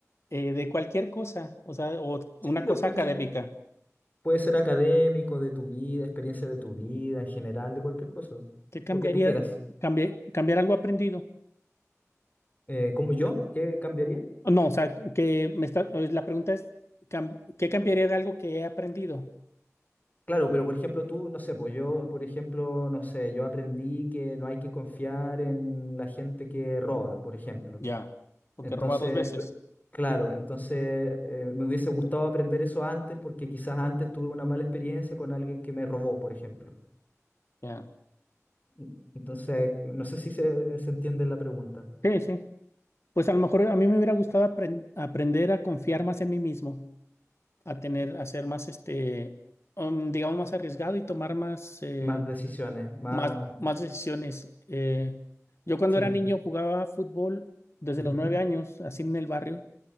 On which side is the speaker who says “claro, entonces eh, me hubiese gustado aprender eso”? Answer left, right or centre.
Left